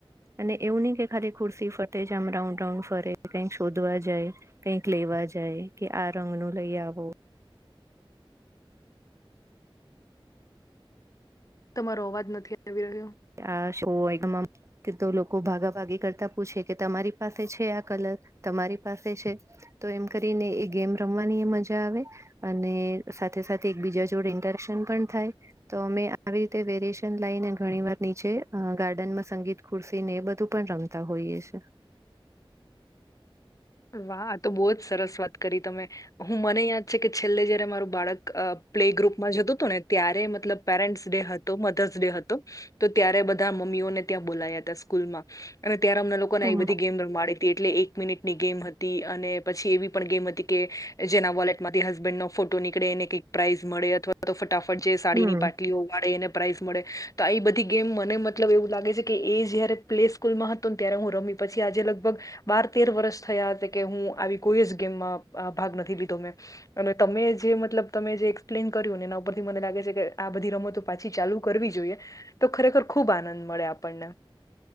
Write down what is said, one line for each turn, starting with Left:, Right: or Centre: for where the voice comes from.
Right: અને એવું નહીિ કે ખા ખુરશી ફટે જ આમ રાઉન્ડ રાઉન્ડ ફરે કઈક શોધવા જાય. કઈક લેવા જાય કે આ રંગ નુ લઈ આવો.
Left: તમારો અવાજ નથી આવી રહ્યો.
Right: આ શું હોય? કે તો લોકો ભાગાભાગી કરતા પૂછે કે તમારી પાસે છે આ કલર તમારી પાસે છે. તો એમ કરીને એ ગેમ રમવાની એ મજા આવે અને સાથે સાથે એકબીજા જોડે ઇન્ટરેક્શન પણ થાય. તો અમે આવી રીતે વેરએશન લઈને ઘણી વાર નીચે ગાર્ડનમાં સંગીત ખુરસી ને એ બધું પણ રમતા હોઈએ છે.
Left: વાહ તો બહુ જ સરસ વાત કરી તમે. હું મને યાદ છે કે છેલ્લે જયારે મારું બાળક પ્લે ગ્રુપમાં જતું હતું ને ત્યારે મતલબ પેરેન્ટસ ડે હતો મધર્સ ડે હતો તો ત્યારે બધા મમ્મીઓને ત્યાં બોલાયા હતા સ્કૂલમાં. અને ત્યારે હમં લોકોને
Right: હમ
Left: એ બધી ગેમ મળડી હતી એટલે એક મિનિટ ની ગેમ હતી અને પછી એવી પણ ગેમ હતી કે જેના વોલેટ માંથી હસબેન્ડ નો ફોટો નીકળે ને કઈક પ્રાાઈઝ મળે અથવા તો ફટાફટ જે સાડીની
Right: હમ
Left: પાટલીઓ વાળે એને પ્રાઈઝ મળે તો આ બધી ગેમ મને મતલબ એવું લાગે છે કે એ જયારે પ્લે સ્કૂલમાં ત્યારે હું રમી પછી આજે લગભગ બાર તેર વર્ષ થયા હતા કે હું આવી કોઈ જ ગેમમાં ભાગ નથી લીધો મેં. અને તમે જે મતલબ તમે જે એક્સપ્લેન કર્યું ને એના પરથી મને લાગે છે કે આ બધી રમતો પાછી ચાલુ કરવી જોઈએ તો ખરેખર ખુબ આનંદ મળે આપણને.